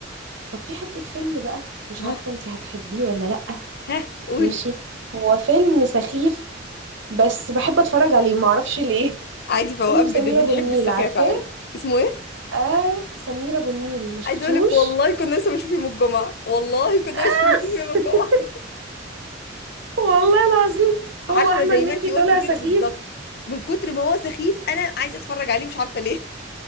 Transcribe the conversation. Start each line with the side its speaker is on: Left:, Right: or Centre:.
Right: طب في حتة فيلم بقى مش
Left: ها
Right: عارفة انتي هتحبيه ولا لأ
Left: ها قولي
Right: ماشي هو فيلم سخيف بس بحب اتفرج عليه معرفش ليه
Left: عادي فوقات
Right: فيلم
Left: بن-
Right: سمير
Left: بنحب
Right: ابو النيل
Left: السخافه
Right: عارفاه
Left: عادي اسمه ايه
Right: اه سمير ابو النيل ما شفتوش
Left: عايزه اقول لك والله كنا لسه بنشوف يوم الجمعه والله كنا
Right: <laughs>
Left: لسه بنشوف يوم الجمعه
Right: والله العظيم
Left: عارفه
Right: هو احمد
Left: زي
Right: مكي
Left: ما انتي
Right: طالع
Left: قلتي كده
Right: سخيف
Left: بالظبط من كتر ما هو سخيف انا عايزه اتفرج عليه مش عارفه ليه